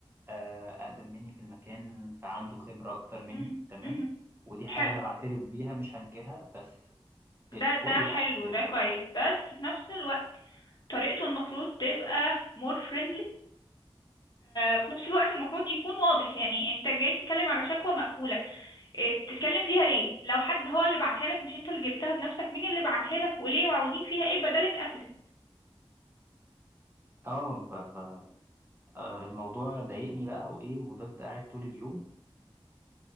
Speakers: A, on the right; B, on the left.
A: آه، اقدم مني في المكان فعنده خبرة اكتر مني
B: مهم.
A: تمام
B: مهم.
A: ودي حاجة
B: حلو
A: انا بعترف بيها مش هنكرها بس إيه
B: ده
A: قول
B: ده
A: لي بقى
B: حلو
A: يعني
B: ده كويس بس في نفس الوقت طريقته المفروض تبقى مور فريندلي وفي نفس الوقت المفروض يكون واضح يعني انت جاي تتكلم على شكوى مقفولة آه، تتكلم فيها ليه لو حد هو اللي بعتها لك مش انت اللي جبتها بنفسك مين اللي بعتها لك وليه وعاوزين فيها ايه بدل اتقفلت
A: اه ف- ف- آه، الموضوع ضايقني بقى وايه وفضلت قاعد طول اليوم